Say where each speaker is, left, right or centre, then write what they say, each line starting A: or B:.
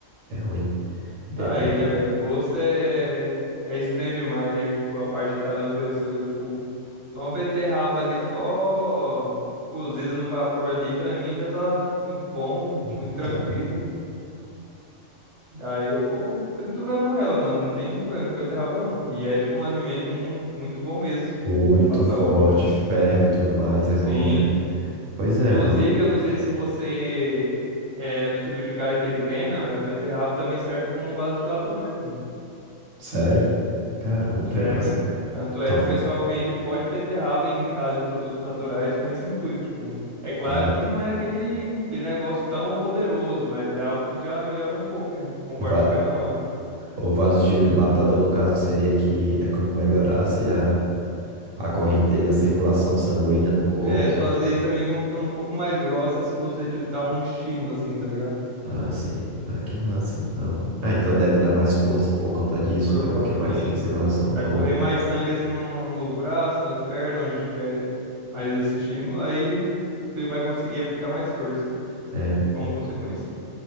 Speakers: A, on the right; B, on the right.
A: É ruim. Beterraba.
B: Tá aí, né, velho? Gosto é, é é estranho demais, né? Tipo, a parte de cada um ter o seu, tipo, uma beterraba ali só cozida no vapor ali, pra mim já tá muito bom,
A: Então,
B: muito tranquilo.
A: né?
B: Aí eu vou triturando ela, mano. Não tem um problema com beterraba, não. E é, tipo, um alimento mu- muito bom mesmo, tipo,
A: Muito
B: pra saúde.
A: forte, ferro e tudo mais,
B: Sim.
A: é bom, né? Pois é,
B: Inclusive,
A: mano.
B: eu não sei se você é do tipo de cara que treina, a beterraba também serve como um vasodilatador, pô.
A: Sério? Caramba,
B: Sério.
A: que massa.
B: Tanto
A: Então,
B: é que
A: fa-
B: o pessoal vende o pó de beterraba em casa de produtos naturais com esse intuito. Tipo, é claro
A: né?
B: que não é aquele, aquele negócio tão poderoso, mas é algo que já melhora um pouco, né? Conforme
A: O va-
B: você vai tomando.
A: o vasodilatador, no caso, seria que é como melhorasse a, a correnteza, a circulação sanguínea do corpo.
B: É, suas vezes também vão ficando um pouco mais grossas se você te dar um estímulo assim, tá ligado?
A: Ah, sim. Ah, que massa, então. Ah, então deve dar mais força por conta disso,
B: Provavelmente,
A: né? Porque é mais circulação
B: porque vai
A: no...
B: correr mais sangue assim no, no braço, nas pernas, onde tiver mais esse estímulo, aí você vai conseguir aplicar mais força
A: É.
B: como consequência.